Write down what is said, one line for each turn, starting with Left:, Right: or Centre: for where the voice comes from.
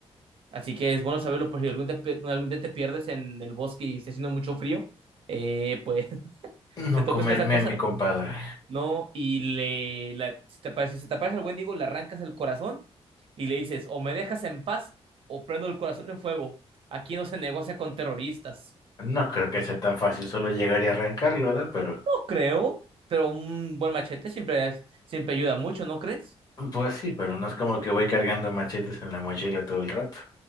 Right: Así que es bueno saberlo por si algún, día pe- algún día te pierdes en el bosque y está haciendo mucho frío, eh, pues <laughs>
Left: No
Right: te topes
Left: comerme
Right: con esa cosa,
Left: a mi compadre.
Right: ¿no? Y le, la- si te aparece, si te aparece el Wendigo, le arrancas el corazón y le dices, o me dejas en paz o prendo el corazón en fuego. Aquí no se negocia con terroristas.
Left: No creo que sea tan fácil, solo llegar y arrancarlo, ¿verdad? Pero,
Right: No creo, pero un buen machete siempre, es- siempre ayuda mucho, ¿no crees?
Left: pues sí, pero no es como que voy cargando machetes en la mochila todo el rato.